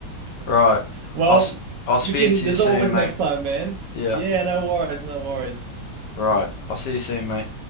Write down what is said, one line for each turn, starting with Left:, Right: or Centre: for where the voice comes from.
Left: Right.
Right: Well,
Left: I'll, i I'll speak
Right: we can.
Left: to
Right: There's
Left: you soon,
Right: always
Left: mate.
Right: next time, man.
Left: Yeah.
Right: Yeah, no worries, no worries.
Left: Right. I'll see you soon, mate.